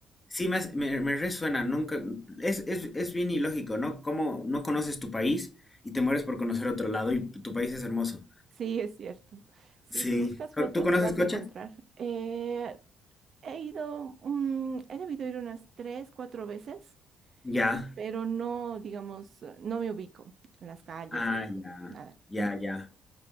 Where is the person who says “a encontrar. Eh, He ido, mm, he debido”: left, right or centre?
Right